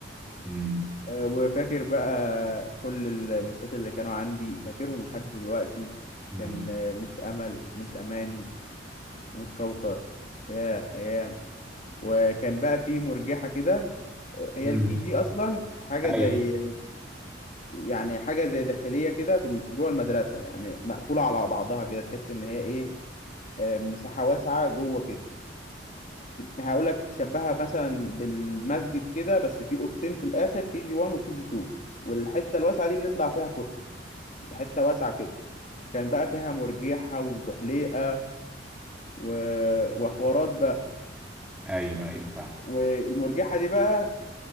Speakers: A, in the centre; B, on the left (about 40°).
A: امم
B: آه، وفاكر بقى كل المسات اللي كانوا عندي فاكرهم لحد دلوقتي
A: امم
B: كان آه، مس امل ومس اماني ومس كوثر يا ايام وكان بقى في مرجحه كده آه، هي
A: امم
B: الكي جي اصلا حاجه
A: ايوه
B: زي يعني حاجه زي داخليه كده في الم- جوه المدرسه يعني مقفوله على بعضها كده تحس ان هي ايه آه، مساحه واسعه جوه كده هقول لك تشبهها مثلا بالمسجد كده بس في اوضتين في الاخر كي جي 1 وكي جي 2 والحته الواسعه دي بنطلع فيها فسحه حته واسعه كده كان بقى فيها مرجحه وزحليقه و... وحوارات بقى
A: ايوه ايوه فاهم
B: والمرجحه دي بقى